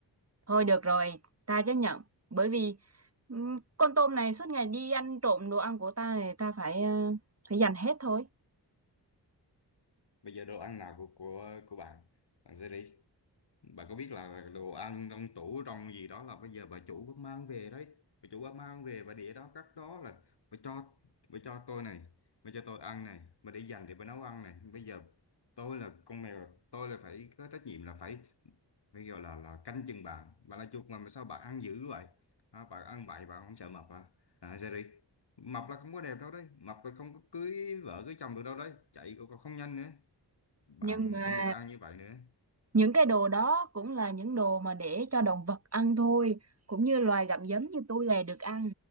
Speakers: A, on the right; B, on the left.
A: Thôi được rồi, ta chấp nhận bởi vì ừm, con tôm này suốt ngày đi ăn trộm đồ ăn của ta thì ta phải ờ, phải dành hết thôi.
B: bây giờ đồ ăn nào của của của bạn bạn Jerry bà có biết là đồ ăn trong tủ trong gì đó là bây giờ bà chủ có mang về đấy bà chủ có mang về và để đó cắt đó là bà cho bà cho tôi này bà cho tôi ăn này bà để dành để bà nấu ăn này bây giờ tôi là con mèo tôi là phải có trách nhiệm là phải phải gọi là là canh chừng bà bà là chuột mà mà sao bà ăn dữ vậy à, bà ăn bậy bà không sợ mập à, à Jerry mập là không có đẹp đâu đấy mập là không có cưới vợ cưới chồng được đâu đấy chạy cũng không nhanh nữa bạn
A: Nhưng mà
B: không được ăn như vậy nữa
A: những cái đồ đó cũng là những đồ mà để cho động vật ăn thôi, cũng như loài gặm nhấm như tôi là được ăn